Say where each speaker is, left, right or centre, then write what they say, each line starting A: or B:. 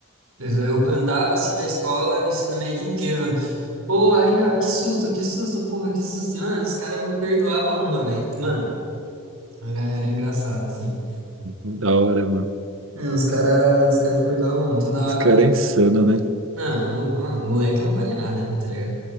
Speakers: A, on the right (about 85°); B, on the right (about 70°).
A: Eu andava assim na escola, o ensino médio inteiro. Pô, aí, ó, que susto, que susto, porra, que susto. Mano, os caras não perdoavam uma, velho. Mano, era, era engraçado, assim.
B: Da hora, mano.
A: É, Os caras, os cara não perdoavam uma, toda
B: Esse
A: hora.
B: cara é insano, né?
A: Não, não, ah, moleque não vale nada, né, tá ligado?